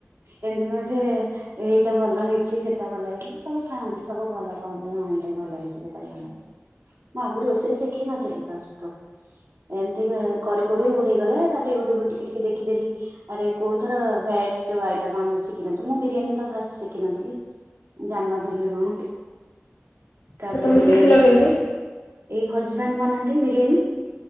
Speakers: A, on the right (about 60°); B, on the left (about 65°).
A: ଏମିତି ନୁହେଁ ଯେ ଏଇଟା ଭଲ ହେଇଛି ସେଇଟା ଭଲ ହେଇଛି ସବୁ ଖାଆନ୍ତି ସବୁ ଭଲ। କହନ୍ତି ହଁ ଏଇଟା ଭଲ ହେଇଛି ସେଟ ଭଲ ହେଇଛି ମୁଁ ଆଗରୁ ରୋଷେଇ ଶିଖିନଥିଲି ଫଷ୍ଟରୁ। ଏମିତି କରୁ କରୁ ହେଇଗଲା। ତାପରେ ୟୁଟୁବୁରୁ ଟିକେ ଟିକେ ଦେଖି ଦେଲି ଆରେ କୋଉ ଥର ଭାଟ ଯୋଉ ଆଇଟମ୍ ଆମେ ଶିଖିନଥିଲୁ ମୁଁ ବିରିୟାନୀ ତ ଫାଷ୍ଟ ଶିଖିନଥିଲି। ଜାଣିନଥିଲି ବି କଣ ତାପରେ
B: ତ ତମେ
A: ବିରିୟାନୀ
B: ଶିଖିଲ କେମିତି?
A: ଏଇ ହଜବାଣ୍ଡ ବନାନ୍ତି ବିରିୟାନୀ